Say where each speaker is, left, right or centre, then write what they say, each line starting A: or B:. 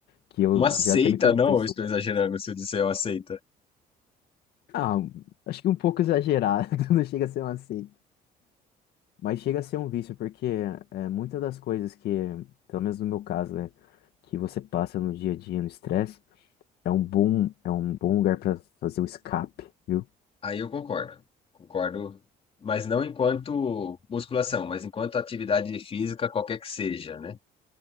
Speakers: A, on the left (about 70°); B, on the left (about 35°).
A: que eu
B: Uma seita,
A: já até me perguntei
B: não?
A: se
B: Eu estou
A: eu...
B: exagerando se eu disser uma seita.
A: Ah, acho que um pouco exagerado, <laughs> não chega a ser uma seita. Mas chega a ser um vício, porque é, muitas das coisas que, pelo menos no meu caso, né, que você passa no dia a dia, no estresse, é um bom, é um bom lugar para fazer o escape, viu?
B: Aí eu concordo. Concordo, mas não enquanto musculação, mas enquanto atividade física, qualquer que seja, né?